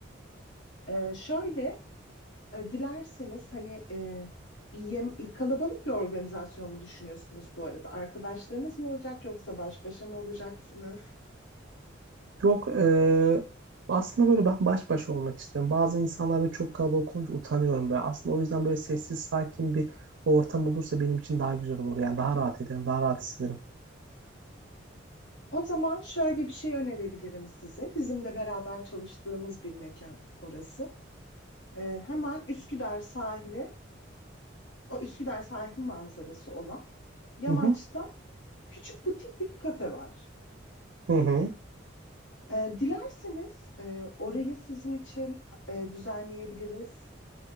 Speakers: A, on the left; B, on the right.
A: Ee, şöyle E, dilerseniz hani e, bir yem, e, kalabalık bir organizasyon mu düşünüyorsunuz bu arada? Arkadaşlarınız mı olacak yoksa baş başa mı olacaksınız?
B: Yok e, aslında böyle ben baş başa olmak istiyorum. Bazı insanlar böyle çok kalabalık olunca utanıyorum böyle. Aslında o yüzden böyle sessiz sakin bir ortam olursa benim için daha güzel olur. Yani daha rahat ederim, daha rahat hissederim.
A: O zaman şöyle bir şey önerebilirim size. Bizim de beraber çalıştığımız bir mekan orası. E, hemen Üsküdar sahile, o Üsküdar sahil manzarası olan yamaçta
B: Hı hı.
A: küçük butik bir kafe var.
B: Hı hı.
A: E, dilerseniz e, orayı sizin için e, düzenleyebiliriz.